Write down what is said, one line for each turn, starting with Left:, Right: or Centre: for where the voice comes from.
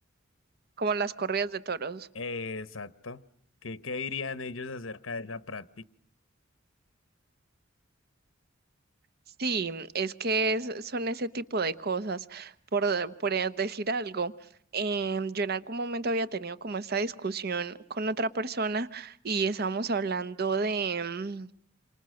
Right: como las corridas de toros.
Left: Eh, exacto. ¿Qué, qué dirían ellos acerca de esa práctica?
Right: Sí, es que es- son ese tipo de cosas. Por, de- por eh, decir algo, em, yo en algún momento había tenido como esta discusión con otra persona y estábamos hablando de,